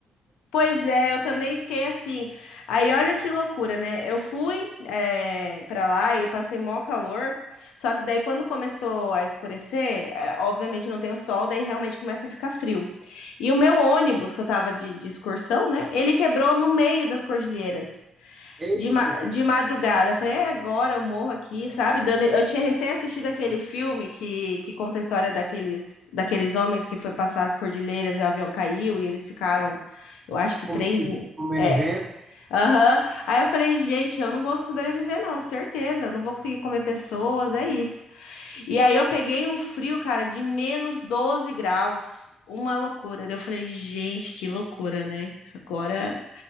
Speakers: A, on the left (about 85°); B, on the right (about 15°).
A: Pois é, eu também fiquei assim. Aí olha que loucura, né? Eu fui eh, pra lá e passei mó calor. Só que daí quando começou a escurecer, eh, obviamente não tem o sol, daí realmente começa a ficar frio. E o meu ônibus, que eu tava de, de excursão, né? Ele quebrou no meio das cordilheiras
B: Eita,
A: de, ma
B: que
A: de madrugada. Eu falei, é agora, eu morro aqui, sabe? Dando- Eu tinha recém assistido aquele filme que, que conta a história daqueles, daqueles homens que foi passar as cordilheiras e o avião caiu e eles ficaram, eu acho que
B: comi-
A: três.
B: comendo
A: É,
B: gente,
A: aham. Aí eu falei, gente, eu não vou sobreviver, não, certeza, eu não vou conseguir comer pessoas, é isso. E aí eu peguei um frio, cara, de menos 12 graus, uma loucura. Daí eu falei, gente, que loucura, né? Agora